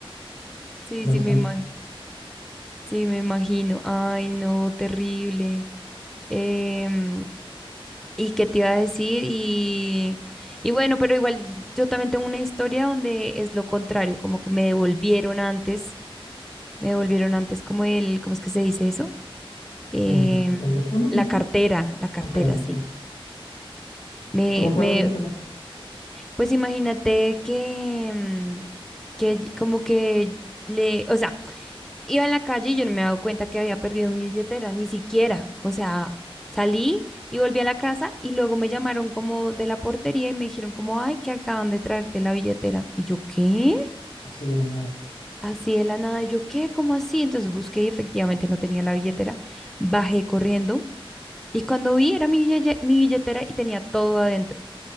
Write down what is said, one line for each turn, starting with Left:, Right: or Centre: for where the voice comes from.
Centre: Sí,
Left: pero
Centre: sí,
Left: sí,
Centre: me imagino. Sí, me imagino. Ay, no, terrible. Em, ¿y qué te iba a decir? Y, y bueno, pero igual yo también tengo una historia donde es lo contrario, como que me devolvieron antes, me devolvieron antes como el, ¿cómo es que se dice eso? Em,
Left: el teléfono,
Centre: la
Left: no sé.
Centre: cartera, la cartera,
Left: Ok,
Centre: sí.
Left: ok.
Centre: Me,
Left: ¿Cómo fue?
Centre: me,
Left: A ver, cuéntame.
Centre: Pues imagínate que, mm, que y- como que le, o sea, iba en la calle y yo no me había dado cuenta que había perdido mi billetera, ni siquiera. O sea, salí y volví a la casa y luego me llamaron como de la portería y me dijeron como, ay, que acaban de traerte la billetera. Y yo, ¿qué?
Left: <laughs> Así de la nada.
Centre: Así de la nada, y yo, ¿qué? ¿Cómo así? Entonces busqué y efectivamente no tenía la billetera. Bajé corriendo y cuando vi era mi bille- mi billetera y tenía todo adentro.